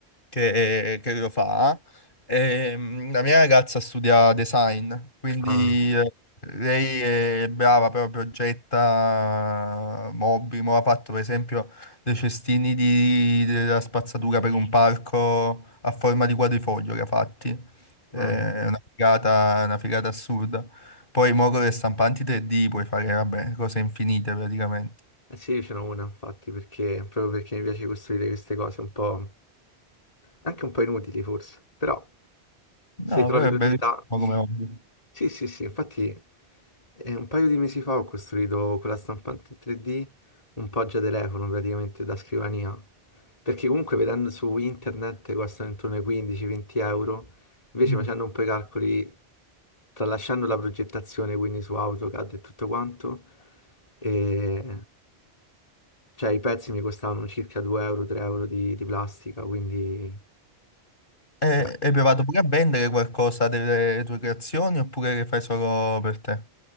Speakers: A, on the left; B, on the left.
A: che, che lo fa. E, mm, la mia ragazza studia design, quindi
B: Ah,
A: eh, lei è brava, però progetta mobili. Mo ha fatto per esempio dei cestini di- della spazzatura per un parco a forma di quadrifoglio che ha fatti. Eh, È
B: bello.
A: una figata, una figata assurda. Poi muovo le stampanti 3D, puoi fare, vabbè, cose infinite praticamente.
B: Eh sì, io ce n'ho una infatti, perché, proprio perché mi piace costruire queste cose un po', anche un po' inutili forse, però
A: No,
B: Sì, trovi
A: però è
B: l'utilità.
A: bellissimo come hobby.
B: Sì, sì, sì, infatti eh, un paio di mesi fa ho costruito quella stampante in 3D un poggia telefono praticamente da scrivania, perché comunque vedendo su internet costano intorno ai 15-20 euro, invece
A: Mm.
B: facendo un po' i calcoli, tralasciando la progettazione quindi su AutoCAD e tutto quanto, e, cioè i pezzi mi costavano circa 2 euro, 3 euro di, di plastica, quindi...
A: E,
B: cioè,
A: hai provato pure a vendere qualcosa delle tue creazioni oppure le fai solo per te?